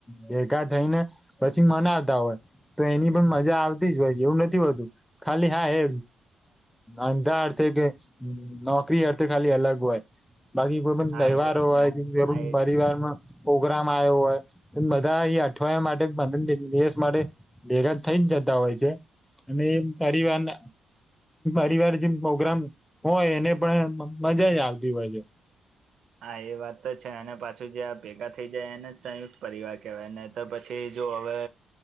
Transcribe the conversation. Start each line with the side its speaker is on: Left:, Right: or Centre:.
Centre: ભેગા થઈને પછી મનાવતા હોય તો એ એની પણ મજા આવ તી જ હોય છે એવું નથી હોતું ખાલી હા એ અંધાર કે ન કરી અર્થે ખાલી અલગ હોય બાકી કોઈ પણ
Right: હા
Centre: તહેવારો
Right: એજ
Centre: હોય
Right: ને
Centre: જરૂર
Right: હા એ
Centre: પરિવારમાં પોગ્રામ આવયો હોય બધા એ અઠવાડિયા માટે પંદર દિવસ માટે ભેગા થઈ જ જ તા હોય છે અને પરિવારના પરિવાર જેમ પ્રોગ્રામ હોય એને પણ મજા જ આવતી હોય છે
Right: હા એ વાત તો છે અને પાછું જે આ ભેગા થઈ જાય એને સંયુક્ત પરિવાર કહેવાય તો પછી જો હવે